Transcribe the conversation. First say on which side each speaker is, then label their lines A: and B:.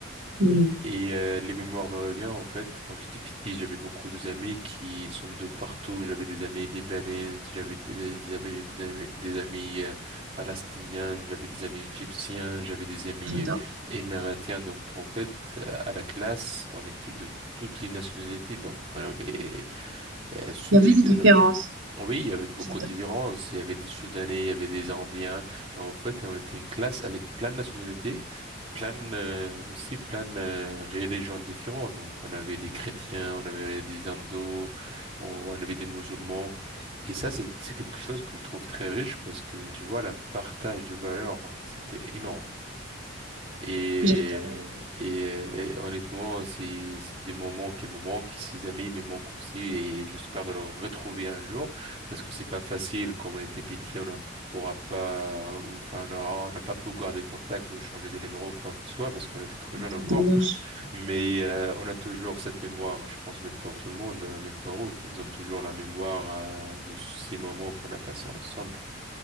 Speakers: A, on the right (about 75°); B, on the right (about 30°).
A: Oui,
B: Et euh, les mémoires me reviennent en fait. Quand j'étais petit, j'avais beaucoup d'amis qui sont de partout. J'avais des amis libanais, j'avais des, j'avais des amis, des amis euh, palestiniens, j'avais des amis égyptiens, j'avais des amis
A: j'adore.
B: euh, émiratiens. Donc en fait, euh, à la classe, on était de toutes les nationalités. Donc on avait euh, Soudi-
A: Il y avait des différences.
B: euh, oui, il y avait beaucoup
A: J'adore.
B: de différences. Il y avait des Soudanais, il y avait des Indiens. En fait, on était une classe avec plein de nationalités plein euh, aussi plein euh, religions différentes. Donc on avait des chrétiens, on avait des hindous, on on avait des musulmans. Et ça c'est c'est quelque chose que je trouve très riche parce que tu vois le partage de valeurs c'était énorme. Et,
A: J'adore.
B: et, et honnêtement, c'est c'est des moments qui me manquent, ces amis me manquent aussi, et j'espère de les retrouver un jour, parce que c'est pas facile, quand on était petit, on ne pourra pas, enfin, on aura- on n'a pas pu garder contact ou échanger des numéros, quoi que ce soit, parce qu'on était trop jeune encore.
A: C'est dommage.
B: Mais euh, on a toujours cette mémoire, je pense même pour tout le monde, euh, même pour eux, ils ont toujours la mémoire euh, de ces moments qu'on a passés ensemble.